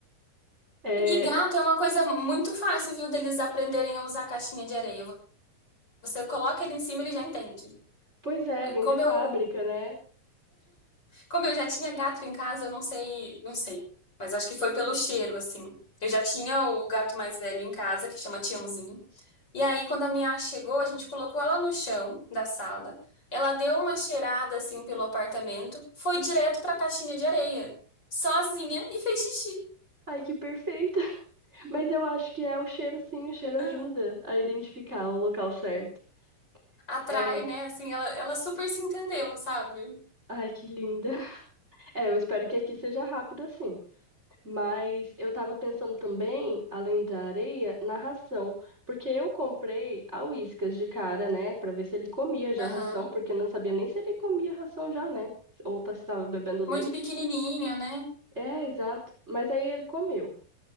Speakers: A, on the right; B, on the left.
A: É,
B: E gato é uma coisa muito fácil, viu, deles aprenderem a usar a caixinha de areia. Você coloca ele em cima, ele já entende.
A: pois é, vem
B: Como
A: de fábrica,
B: eu
A: né?
B: Como eu já tinha gato em casa, eu não sei, não sei. Mas acho que foi pelo cheiro, assim. Eu já tinha o gato mais velho em casa, que chama Tiãozinho. E aí, quando a minha chegou, a gente colocou ela no chão da sala. Ela deu uma cheirada, assim, pelo apartamento. Foi direto pra caixinha de areia. Sozinha e fez xixi.
A: Ai, que perfeita! <laughs> Mas eu acho que é o cheiro, sim, o cheiro ajuda
B: Hum.
A: a identificar o local certo.
B: Atrai,
A: É,
B: né? Assim, ela, ela super se entendeu, sabe?
A: ai, que linda! <laughs> É, eu espero que aqui seja rápido assim. Mas eu tava pensando também, além da areia, na ração. Porque eu comprei a Whiskas de cara, né? Pra ver se ele comia já
B: Aham.
A: a ração, porque eu não sabia nem se ele comia ração já, né? Ou tá- se tava bebendo leite.
B: Muito pequenininha, né?
A: É, exato. Mas aí ele comeu.